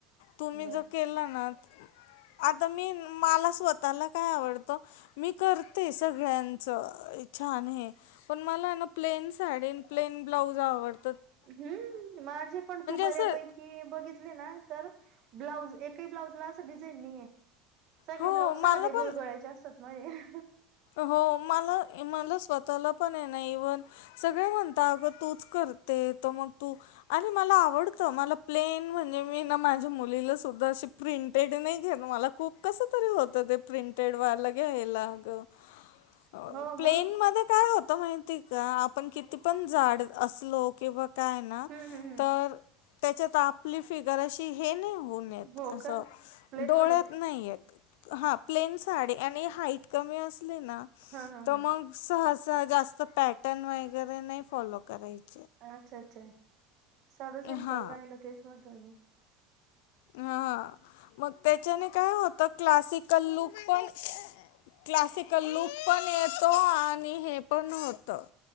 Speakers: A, on the left (about 80°); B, on the right (about 55°).
A: तुम्ही
B: बर
A: जर केला ना
B: <inaudible>
A: आता मी मला स्वतःला काय आवडतं मी करते सगळ्यांचं छान हे पण मला ना प्लेन साडीन प्लेन ब्लाउज आवडत
B: हम् माझे पण तू बऱ्यापैकी
A: असं
B: बघितले ना तर ब्लाउज एकही ब्लाउज ला डिझाईन नाहीे सगळे
A: हो
B: ब्लाउजधे
A: मला
B: गोळगळ्याचे
A: पण
B: असतात माझे
A: हो मला मला स्वतःला पण आहे ना इव्हन सगळे म्हणत अग तूच कर म त आणि मला आवड मला प्लेन म्हणजे मी माझ्या मुलीलाधा त प्रिंटेड नाही घेत मला खूप कसं प्रे प का
B: हो मग
A: आता माहिती आहे का आपण किती पण झाड असलो किंवा काय ना
B: हम्म हम्म हम्म
A: तर त्याच्यात आपली फिगर अशी हे नाही होन येत
B: हो
A: असं
B: का प्लेन
A: डोळ्यात
B: मध्ये
A: नाही येत हा प्लेन साडी आणि हाईट कमी अस ना
B: हा हा
A: तर
B: हा
A: मग स जास्त पॅटर्न वगैरे नाही फॉलो करायचं
B: अच्छा अच्छा साधं सिम्पल
A: हा
B: राहिलं तेच महत्वां <inaudible>
A: हा मग त्याच्याने काय होतं क्लासिकल लुक पण क्लासिकल लुक पण येतो आणि हे पण होत